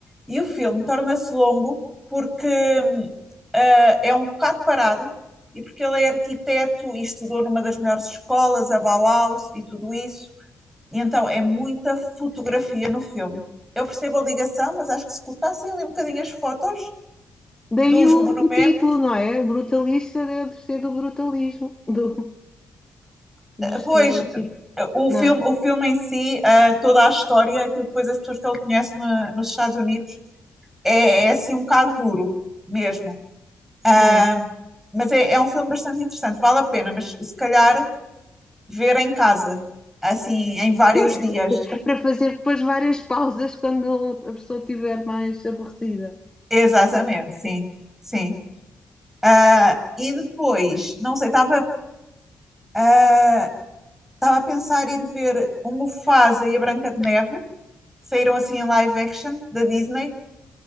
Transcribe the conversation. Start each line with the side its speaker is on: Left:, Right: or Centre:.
Centre: e o filme torna-se longo porque hum, ah, é um bocado parado e porque ele é arquiteto e estudou numa das melhores escolas, a Bauhaus e tudo isso. E então é muita fotografia no filme. Eu percebo a ligação, mas acho que se cortassem ali um bocadinho as fotos
Left: Daí
Centre: dos
Left: o,
Centre: monumentos,
Left: o título, não é? O brutalista deve ser do brutalismo, do, do estilo
Centre: pois
Left: arquiteto,
Centre: eh, o filme,
Left: não é?
Centre: o filme em si, ah, toda a história, aquilo que depois as pessoas que ele conhece na- nos Estados Unidos, é, é assim um bocado duro mesmo. Ahm,
Left: Não. é?
Centre: mas é, é um filme bastante interessante, vale a pena, mas se calhar ver em casa, assim, em vários
Left: <laughs>
Centre: dias.
Left: para fazer depois várias pausas quando a pessoa estiver mais aborrecida.
Centre: <laughs> Exatamente, sim, sim. Ah, e depois, não sei, estava ah, estava a pensar ir ver o Mufasa e a Branca de Neve, saíram assim em live action da Disney,